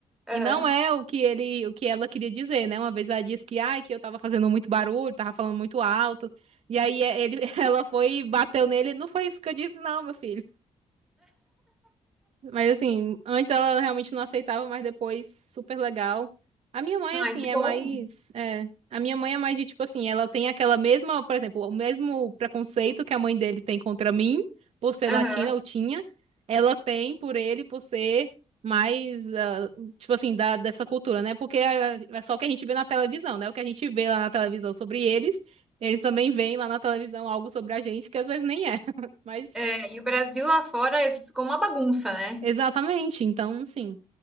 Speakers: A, in the centre; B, on the right.
A: Aham.
B: e não é o que ele, o que ela queria dizer, né? Uma vez ela disse que, ai, que eu tava fazendo muito barulho, tava falando muito alto. E aí é, ele, <laughs> ela foi e bateu nele. Não foi isso que eu disse, não, meu filho. Mas assim, antes ela realmente não aceitava, mas depois super legal. A minha mãe,
A: Ai,
B: assim,
A: que
B: é
A: bom.
B: mais. É, a minha mãe é mais de tipo assim, ela tem aquela mesma, por exemplo, o mesmo preconceito que a mãe dele tem contra mim, por ser
A: Aham.
B: latina ou tinha, ela tem por ele, por ser mais, ah, tipo assim, da, dessa cultura, né? Porque é, é só o que a gente vê na televisão, né? O que a gente vê lá na televisão sobre eles, eles também veem lá na televisão algo sobre a gente que às vezes nem é. <laughs> Mas.
A: É, e o Brasil lá fora ficou uma bagunça, né?
B: Exatamente, então, sim.